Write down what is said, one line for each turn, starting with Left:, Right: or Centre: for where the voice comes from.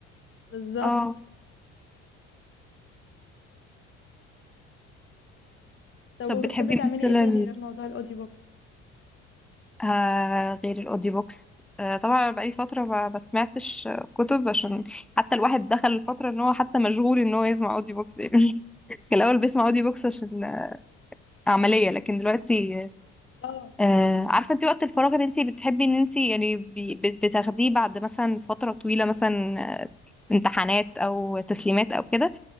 Left: بالظبط
Centre: اه
Left: طب
Centre: طب
Left: وبتحبي
Centre: بتحبي
Left: تعملي
Centre: مثلا
Left: ايه تاني غير موضوع الاوديو بوكس
Centre: آه غير الاوديو بوكس آه طبعا أنا بقالي فتره ما ما سمعتش آه، كتب عشان حتى الواحد دخل الفتره ان هو حتى مشغول ان هو يسمع اوديو بوكس يعني <laughs> كان الاول بيسمع اوديو بوكس عشان آه، عمليه لكن دلوقتي
Left: آه،
Centre: آه عارفة انت وقت الفراغ اللي انت بتحبي ان انت يعني بي- بت- بتاخديه بعد مثلا فترة طويلة مثلا آه، امتحانات او تسليمات او كده